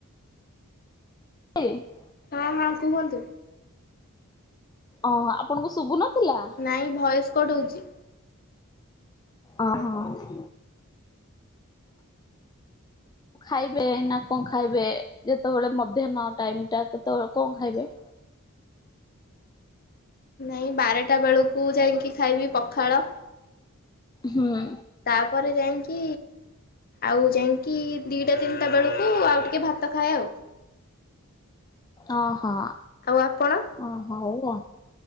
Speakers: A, on the left (about 20°); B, on the left (about 40°).
A: <unintelligible>
B: ହଁ ହଁ କୁହନ୍ତୁ?
A: ଅ ଆପଣଙ୍କୁ ଶୁଭୁନଥିଲା?
B: ନାଇଁ ଭଏସ୍ କଟ ହଉଛି।
A: ଅ ହଁ। ଖାଇବେ ନା କଣ ଖାଇବେ ଯେତେବେଳେ ମଧ୍ୟାହ୍ନ ଟାଇମ ଟା ସେତେବେଳେ କଣ ଖାଇବେ?
B: ନାଇଁ ବାରଟା ବେଳକୁ ଯାଇକି ଖାଇବି ପଖାଳ।
A: ହୁଁ।
B: ତାପରେ ଯାଇକି ଆଉ ଯାଇକି ଦିଟା ତିନିଟା ବେଳକୁ ଆଉ ଟିକେ ଭାତ ଖାଏ ଆଉ।
A: ଓ ହୋ।
B: ଆଉ ଆପଣ?
A: ଓ ହଉ, ହଉ।